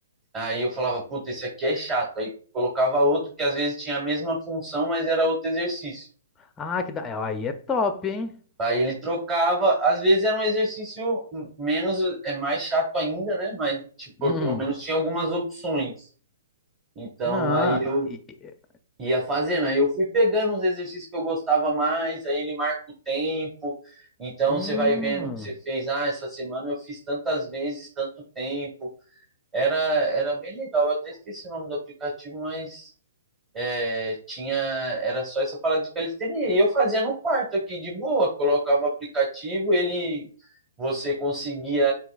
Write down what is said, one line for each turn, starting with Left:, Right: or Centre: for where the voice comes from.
Right: Aí eu falava, puta, esse aqui é chato. Aí colocava outro que às vezes tinha a mesma função, mas era outro exercício.
Left: Ah, que da... é, Aí é top, hein?
Right: Aí ele trocava, às vezes era um exercício menos, é mais chato ainda, né? Mas, tipo,
Left: Hum.
Right: pelo menos tinha algumas opções. Então,
Left: Não.
Right: aí eu
Left: e- e-
Right: ia fazendo. Aí eu fui pegando os exercícios que eu gostava mais, aí ele marca o tempo. Então
Left: Hum.
Right: você vai vendo o que você fez. Ah, essa semana eu fiz tantas vezes, tanto tempo. Era, era bem legal. Eu até esqueci o nome do aplicativo, mas é, tinha era só essa parada de calistenia. E eu fazia no quarto aqui de boa. Colocava o aplicativo, ele você conseguia